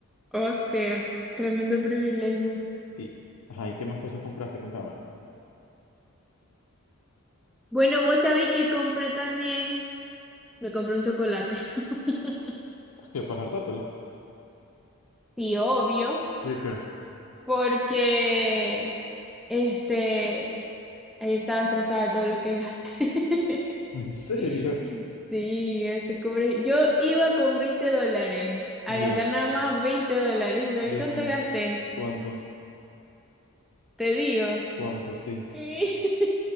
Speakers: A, in the centre; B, on the left.
A: O sea, tremendo privilegio.
B: sí. Ajá, ¿y qué más cosas compraste? Contame.
A: Bueno, vos sabéis que compré también, me compré un chocolate. <laughs>
B: Pues que para hartátelo.
A: Sí, obvio,
B: ¿De qué?
A: porque este ayer estaba estresada de todo lo que gasté.
B: <laughs> ¿En serio?
A: <laughs> Sí, gasté cobre. Yo iba con 20 dólares a
B: Dios,
A: gastar nada más 20 dólares. ¿Y sabes
B: Dios
A: cuánto
B: mío,
A: gasté?
B: ¿cuánto?
A: Te digo.
B: ¿Cuánto? Sí.
A: <laughs>